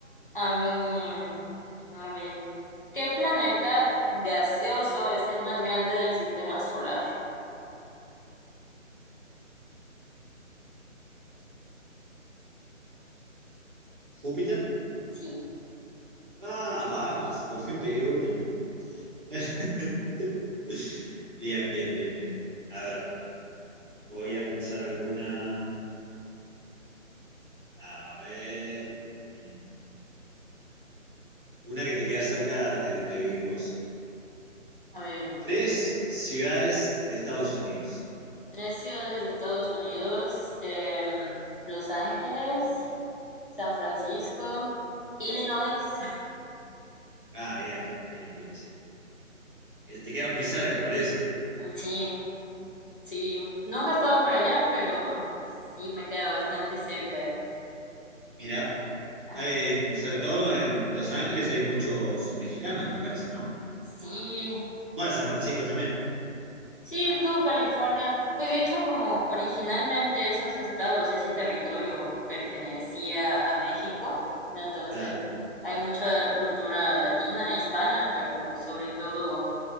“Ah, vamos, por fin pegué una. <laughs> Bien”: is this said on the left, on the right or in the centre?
Right